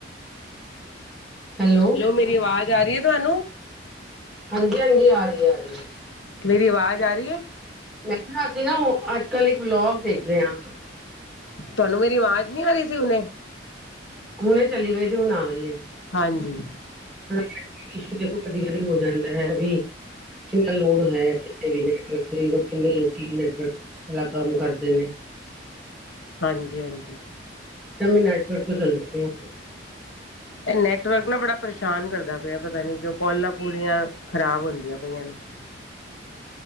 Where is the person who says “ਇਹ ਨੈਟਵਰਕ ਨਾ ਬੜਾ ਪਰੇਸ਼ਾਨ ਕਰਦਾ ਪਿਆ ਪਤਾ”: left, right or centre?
Left